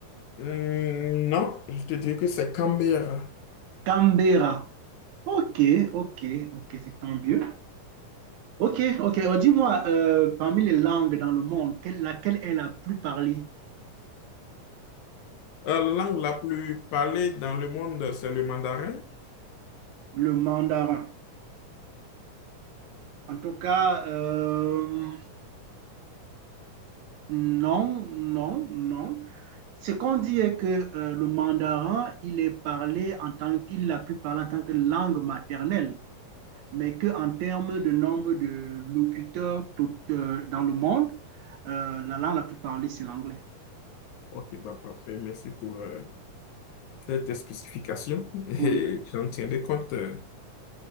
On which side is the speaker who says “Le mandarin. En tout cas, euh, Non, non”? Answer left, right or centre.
Right